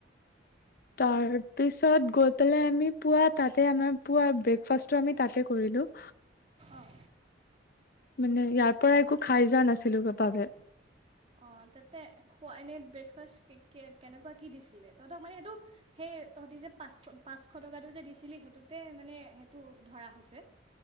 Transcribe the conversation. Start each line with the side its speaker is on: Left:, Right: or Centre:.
Left: তাৰ পিছত গৈ পিনে আমি পুৱা তাতে আমাৰ পুৱা আমি ব্ৰেকফাষ্টটঝ আমি তাতে কৰিলো।
Right: অঁ
Left: মানে ইয়াৰ পৰা একো খাই যোৱা নাছিলো <unintelligible> কে
Right: অঁ তাতে খোৱা এনেই ব্ৰেকফাষ্ট কেনেকুৱা কি দিছিলে তহঁতক মানে সেইটো সেই তহঁতি যে পাঁচশ পাঁচশ টকাটো যে দিছিলি সেইটোতে মানে সেইটো ধৰা হৈছে